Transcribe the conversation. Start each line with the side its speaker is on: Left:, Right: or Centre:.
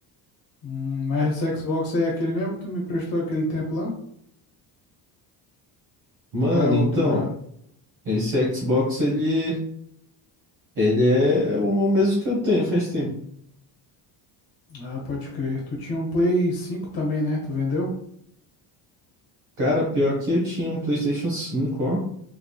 Left: Hum, mas esse Xbox aí é aquele mesmo que tu me prestou aquele tempo lá?
Right: Mano,
Left: Ou é outro
Right: então,
Left: já?
Right: esse Xbox, ele, ele é o mesmo que eu tenho faz tempo.
Left: Ah, pode crer. Tu tinha um Play 5 também, né? Tu vendeu?
Right: Cara, pior que eu tinha um PlayStation cinco, ó.